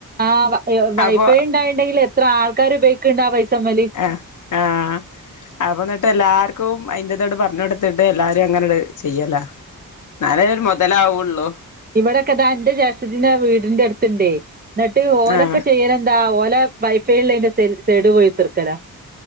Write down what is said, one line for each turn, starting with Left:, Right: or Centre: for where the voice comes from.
Right: ആഹ് വൈഫൈ
Left: അപ്പൊ
Right: ഉണ്ടായിണ്ടെങ്കിൽ എത്ര ആൾക്കാര് ഉപയോഗിക്കണ്ടാ പൈസമ്മേല്
Left: ആഹ് ആഹ് അപ്പോ എന്നിട് അല്ലർക്ക് അയിന്റതോട് പറഞ്ഞൊടുത്തിട്ട് എല്ലാരും അങ്ങനെട് ചെയ്യല്ല ന്നാലരുമൊതലാവുള്ളൂ
Right: ഇവിടൊക്കെ ഇതാ ഇന്റെ ജേസ്ട്ടത്തിന്റെ വീടിന്റെ അടുത്ത്ണ്ടേ എന്നിട്ട് ഓലൊക്കെ
Left: ആഹ്
Right: ചെയ്യണ താ ഓല വൈഫൈൽന്റെ സൈടി പോയി കുത്തിർക്കലാ